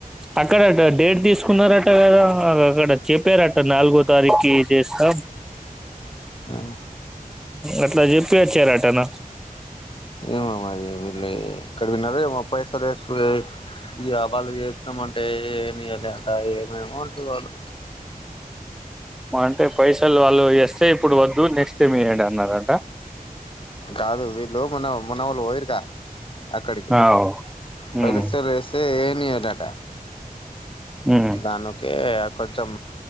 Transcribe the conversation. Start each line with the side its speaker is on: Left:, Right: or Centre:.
Centre: అక్కడట డేట్ తీసుకున్నారట కదా అక్కడ చెప్పారట నాలుగో తారీఖకి చేస్తాం
Left: ఆ
Centre: అట్లా చెప్పి వచ్చారటన
Left: ఏమ మరి వీళ్ళు ఎక్కడ విన్నారోమో మా పైసాల స ఈబళ్ళు చేస్తామ అంటే ఏమి లేట ఏమేమో అంటుంది వాళ్ళు
Centre: మా అంటే పైసలు వాళ్ళు చేస్తే ఇప్పుడు వద్దు నెక్స్ట్ టైమ్ ఏయ్యండి అన్నారంట
Left: కాదు వీళ్ళు మున మన వాళ్ళు పోయరుగా అక్కడికి
Centre: అవ్ ఉమ్
Left: పైసలు యిస్తే ఏయ్యానియ్యాడట
Centre: ఉమ్
Left: దనుక కొంచెం